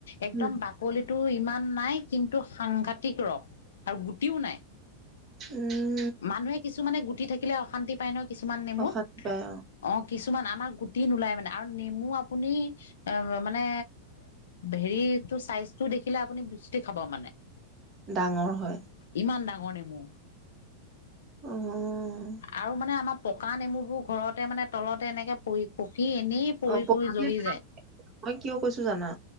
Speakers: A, on the left; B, on the right.
A: একদম
B: উম,
A: ডাঠ কলিটো ইমান নাই, কিন্তু সাংঘাতিক ৰস, আৰু গুটিও নাই।
B: উম।
A: মানুহে কিছুমানে, গুটি থাকিলে অশান্তি পায় নহয়, কিছুমান নেমুত।
B: অশান্তি পায়
A: অ', কিছুমান, আমাৰ গুটি নোলায় মানে, আৰু নেমু আপুনি এ মানে, হেৰিটো চাইজটো দেখিলে আপুনি, বিচ্যুতি খাব মানে। <inaudible>
B: ডাঙৰ হয়।
A: ইমান ডাঙৰ নেমু,
B: অ'
A: আৰু মানে আমাৰ পকা নেমুবোৰ ঘৰতে মানে, তলতে এনেকে পৰি পকি এনেই পৰি
B: <unintelligible>
A: পৰি জহি যায়
B: মই কিয় কৈছো জানা।